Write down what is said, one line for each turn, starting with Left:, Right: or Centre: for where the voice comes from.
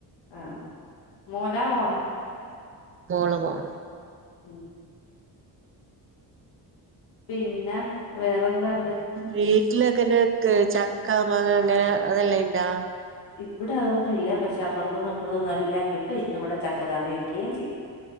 Left: ആഹ് മോനാ മോള
Right: മോള് മോള്
Left: ഉം പിന്നെ വേറെന്താണ്ട്
Right: വീട്ടിലൊക്കെന്നെ ചക്ക മാങ്ങ അങ്ങനെ അതെല്ലാം ഇണ്ടാ
Left: ഇവിടെ അതൊന്നും ഇല്ല പക്ഷെ അപ്പറത്തുന്നും ഇപ്പുറത്തും എല്ലാം കിട്ടും ഇന്ന ഇവിടെ ചക്കറി കെ ചെയ്യും